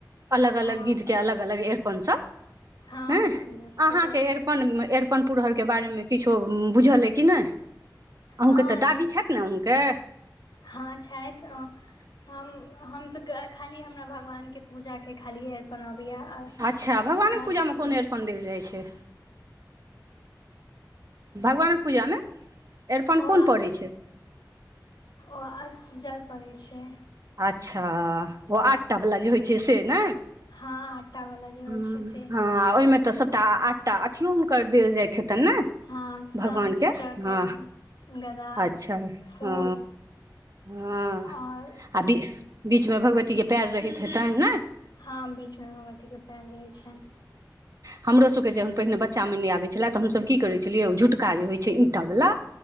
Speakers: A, on the right (about 50°); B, on the left (about 80°).
A: अलग
B: हँ
A: अलग विध के अलग अलग अरिपन सब
B: हँ
A: ह
B: हमरा सबके
A: अहाँ
B: तऽ
A: के अरिपन मे अर्पन पुरहर के बारेमे किछो बुझल अ कि नहि अहूँके
B: हँ
A: तऽ दादी छथि ने आहूँके
B: हँ छैथ हमसब के खाली हमरा भगवान के पूजा के खालीए अरिपन अबई बिआ
A: अच्छा भगवानक पूजामे कोन अरिपन देल जाइ छै भगवानक पूजामे अरिपन
B: ओ
A: कोन पड़ै छै
B: ओ अस्त जल पड़ै छै
A: अच्छा ओ आठटा वला जे होइ छै से नयि
B: हँ आटावला जे होइ
A: ह्म
B: छै से
A: ह ओहिमे तऽ सभटा आठटा अथियो हुनकर देल जाइत हेतन ने
B: हँ शंख
A: भगवानके
B: चक्र
A: ह
B: गदा
A: अच्छा
B: फूल
A: ह ह
B: आओर
A: आ बीचमे भगवती के पैर रहैत हेतन ने
B: हाँ बीचमे भगवतीके पैर रहय छैन
A: हमरोसबके जन पहिने बच्चामे नहि आबै छले तऽ हमसभ की करै छलियै झुटका जे होइ छै ईटा वाला